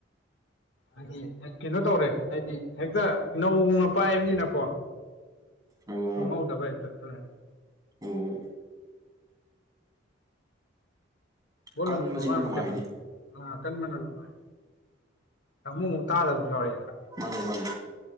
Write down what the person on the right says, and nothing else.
ꯑꯣ
ꯑꯣ
ꯀꯟꯕꯁꯤꯅ
ꯅꯨꯡꯉꯥꯏꯅꯤ
ꯃꯥꯅꯤ ꯃꯥꯅꯤ